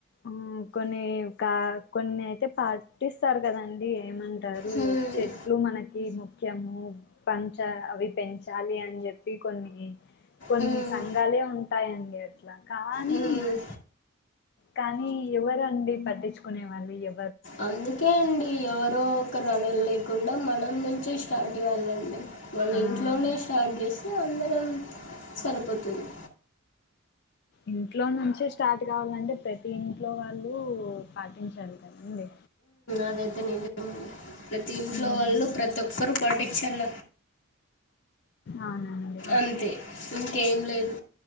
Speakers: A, on the left; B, on the left.
A: ఆ కొన్నికా కొన్ని అయితే పా పుట్టిస్తారు కదండి ఏమంటారు
B: హ్మ్,
A: చెట్లు మనకి ముఖ్యము పంచ అవి పెంచాలి అని జెప్పి కొన్ని కొన్ని
B: హ్మ్,
A: సంఘాలే ఉంటాయండి అట్ల కానీ
B: హ్మ్.
A: కానీ ఎవరండి పట్టించుకునే వాళ్ళు ఎ
B: అందుకే అండి ఎవరో ఒక రనులు లేకుండా మన మన నుంచే స్టార్ట్ కావ్వలండి మన
A: ఆ
B: ఇంట్లోనే స్టార్ట్ చేస్తే అందర్ సరిపోతుంది
A: ఇంట్లో నుంచే స్టార్ట్ కావాలంటే ప్రతి ఇంట్లో వాళ్ళు నువ్వు పాటించాలి కదండి
B: అదైతే నిజమండి ప్రతి ఇంట్లో
A: మ్మ్
B: వాళ్ళు ప్రతి ఒక్కరు పాటిక్షళ్ళ
A: అవునండి
B: అంతే ఇంకేం లేదు